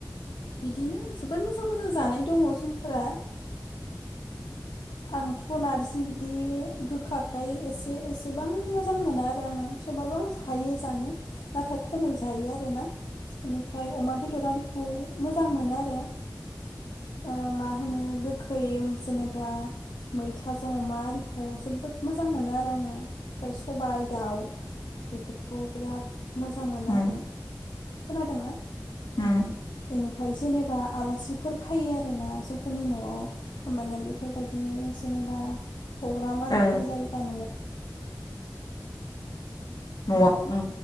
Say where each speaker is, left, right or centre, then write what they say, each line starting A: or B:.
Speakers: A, on the left; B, on the left.
A: बिदिनो जोबोर मोजां मोजां जानाय दङ जोंफोरा आंथ' नारजि बिदि गोखा खाय एसे एसेबां मोजां मोना आरो आङो थेवबबो आं हायो जानो नाथाय खमै जायो आरोना बेनिफ्राय अमा बेदर आरिखौ मोजां मोनो आरो ओ मा होनो गोखै जेनेबा मैथाजों अमा आरिखौ जोबोद मोजां मोनो आरो आङो ओमफ्राय सबाय दाउ बेफोरखौ बिराद मोजां मोनो
B: उम
A: आरो खोनादोंना
B: उम
A: बेनि फ्राय जेने बा आलासिफोर फायो आरो ना जोंफोरनि न'आव माने बेफोरबायदि जेनेबा प्रग्राम आरि
B: ओ
A: फोर जायोबा न'आव
B: औ हम